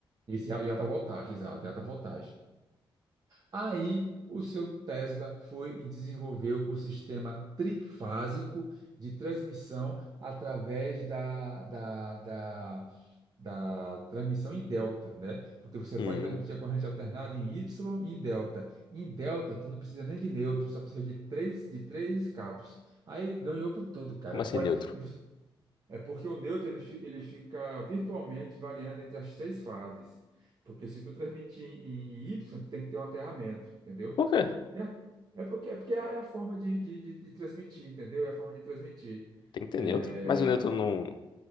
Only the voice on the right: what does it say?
Isso, e a- e alta voltagem, exato, e alta voltagem. Aí o seu Tesla foi e desenvolveu o sistema trifásico de transmissão através da, da, da, da transmissão em delta, né? Porque você
pode transmitir a corrente alternada em Y e em delta. Em delta, tu não precisa nem de neutro, só precisa de três, de três cabos. Aí ganhou por tudo, cara.
Pode,
e você é porque o neutro ele, fi- ele fica virtualmente variando entre as três fases. Porque se tu transmitir em Y, tu tem que ter um aterramento, entendeu?
É, é porque, é porque é a é a forma de, de, de- de transmitir, entendeu? É a forma de transmitir.
É,